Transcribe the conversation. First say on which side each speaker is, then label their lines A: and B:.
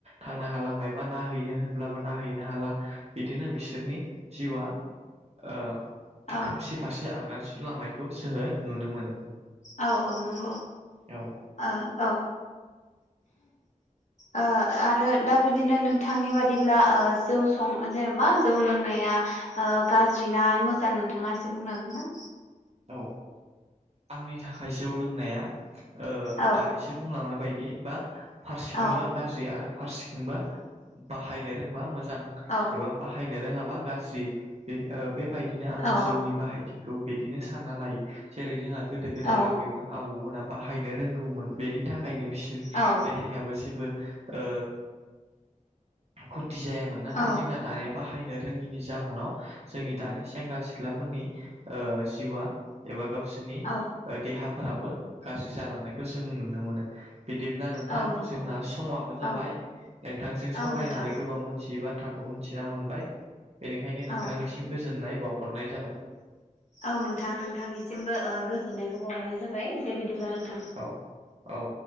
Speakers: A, on the right; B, on the left.
A: थांनो हाला मबा ननायहैनो होनब्लाबो ननायहैनो हाला। बिदिनो बिसोरनि जिउआ ओ
B: औ
A: खोमसि फारसे आगान सुरलांनायखौ जोङो नुनो मोनो।
B: औ औ नंगौ
A: औ
B: ओ औ। ओ आरो दा बिदिनो नों थांनि बादिब्ला ओ-जौ सं जेनेबा जौ लोंनाया ओ-गाज्रि ना मोजां न नोंथाङा ए बुंनो हागोन ना?
A: औ आंनि थाखाय जौ लोंनाया। ओ
B: औ
A: दानिसो बुंलांनाय बायदि बा फारसिखिं
B: औ
A: गाज्रि आरो फारसेखिंबा बाहायनो रोंबा मोजां
B: औ
A: एबा बाहायनो। रोङाबा गाज्रि बे-ओ-बेबायदिनो आङो
B: औ
A: जौनि बाहायथिखौ बे बिदिनो सानना लायो जेरै जोंहा गोदो गोदाय
B: औ
A: आबैमो आबौमोना बाहायनो रोंगौमोन बेनि थाखाय। खायनो बिसोरनि
B: औ
A: देहायाबो जेबो ओ खुथि जायामोन नाथाय
B: औ
A: जोंना दानिया बाहायनो। रोङिनि जाहनाव जोंनि दानि सेंग्रा सिख्लाफोरनि ओ-जिउआ एबा। गावसोरनि
B: औ
A: देहाफोराबो गाज्रि जालांनायखौ जों नुनो मोनो। बिदिब्ला नोंथां
B: औ नंगौ
A: जोंना समाबो जाबाय
B: औ
A: नोंथांजों सावरायनानै
B: औ नोंथां
A: गोबां मोनथियै बा थाखौ मिथिना मोनबाय बेनिखायनो नोंथांनिसिम
B: औ
A: गोजोननाय बावहरनाय जाबाय।
B: औ नोंथां नोंथांनिसिमबो ओ-गोजोननायखौ बावरनाय जाबाय दे बिदिब्ला नोंथां।
A: औ औ